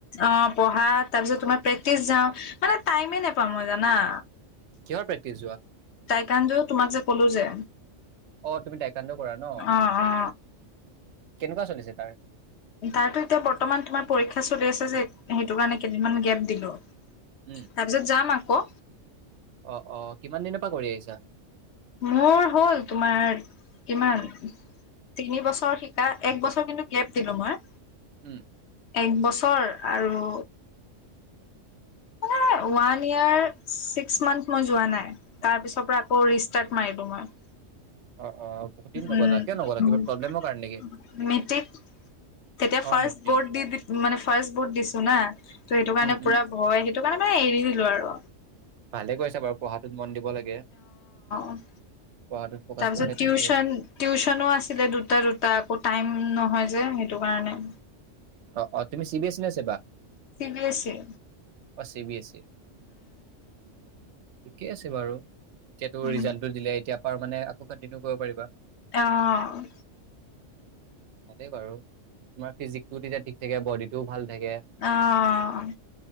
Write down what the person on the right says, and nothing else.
কিহৰ প্ৰেক্টিচ যোৱা
অ তুমি টাইকাণ্ড কৰা ন
কেনেকুৱা চলিছে তাৰ
উম
অ অ কিমান দিনৰ পৰা কৰি আহিছা
উম
অ', অ বহুত দিন
নগ'লা কিয় নগ'লা কিবা
প্ৰব্লেমৰ কাৰণে নেকি
অ
মেট্ৰিক
উম,
উম,
ভালে কৰিছা বাৰু পঢ়াটোত মন দিব লাগে।
পঢ়াটোত ফ'কাচ
কৰিছা ঠিকে
অ', অ', তুমি চিবিএছ নে ছেবা?
অ', চিবিএছই। ঠিকেই আছে বাৰু। এতিয়াতো
ৰিজাল্টটো দিলে এতিয়া পাৰ মানে কণ্টিনিউ কৰিব পাৰিবা।
তাতে বাৰু। তোমাৰ ফিজিকটো তেতিয়া ঠিক থাকে বডিটোও ভাল থাকে